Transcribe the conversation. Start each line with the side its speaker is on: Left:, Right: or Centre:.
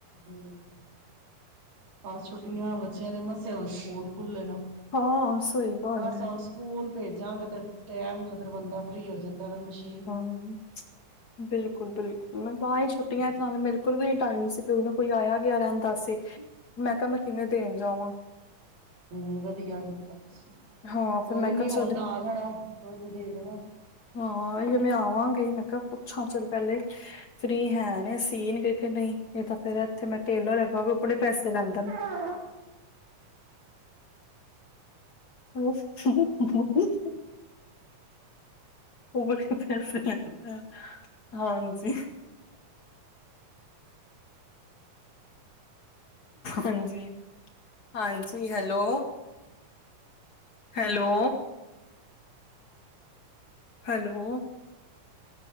Right: ਹੂੰ, ਬੱਸ ਛੁੱਟੀਆ, ਬੱਚੇਆਂ ਦੇ ਮਸਾਂ ਸਕੂਲ ਖੁੱਲੇ ਨੇ।
Left: ਹਾਂ, ਸਈ ਗੱਲ
Right: ਬਸ ਹੁਣ
Left: ਐ
Right: ਸਕੂਲ ਭੇਜਾਂਗੇ ਤੇ, ਟੈਮ ਨਾਲ ਫਿਰ ਬੰਦਾ ਫ੍ਰੀ ਹੋ ਜਾਂਦਾ। ਫੇਰ ਮਸ਼
Left: ਹੂੰ, ਬਿਲਕੁਲ-ਬਿਲਕੁਲ ਮੈਂ ਤਾਈ <unintelligible>
Right: ਵੇ
Left: ਛੁੱਟੀਆਂ ਚ ਆਣਾ ਮੇਰੇ ਬਿਲਕੁਲ ਵੀ ਨੀ ਟਾਇਮ ਸੀ, ਕੋਈ ਨਾ ਕੋਈ ਆਏਆ-ਗਏਆ ਰੈਂਦਾ ਸੀ, ਮੈਂ ਕੇਆ ਮੈਂ ਕਿਵੇਂ ਦੇਣ ਜਾਵਾਂ?
Right: ਹੂੰ ਵਦੀਆ ਕੀਤਾ ਤੁਸੀਂ,
Left: ਹਾਂ
Right: ਕੋਈ
Left: ਫਿਰ ਮੈਂ ਕਿਹਾ
Right: ਨੀ ਹੁਣ
Left: ਚੱਲ
Right: ਆ ਜਾਣਾ, ਕੋਈ ਨੀ ਦੇ ਜਾਨਾ
Left: ਹਾਂ, ਮੈਂ ਆਵਾਂਗੀ ਮੈਂ ਕੇਆ ਪੁੱਛਾਂ ਚੱਲ ਪੈਲੇ ਫ੍ਰੀ ਹੈ ਨੇ ਸੀਨ ਗੇ ਕੇ ਨਈ, ਨਹੀਂ ਯਾ ਤਾਂ ਫੇਰ ਐੱਥੇ ਮੈਂ ਟੇਲਰ ਹੈਗਾ ਵੇ, ਓਹ ਬੜੇ ਪੈਸੇ ਲੈਂਦਾ
Right: <unintelligible>
Left: <unintelligible> ਓ ਬੜੇ <unintelligible> ਪੈਸੇ ਲੈਂਦਾ, ਹਾਂਜੀ
Right: <inaudible>
Left: ਹਾਂਜੀ, ਹਾਂਜੀ ਹੈਲੋ? <unintelligible> ਹੈਲੋ ਹੈਲੋ,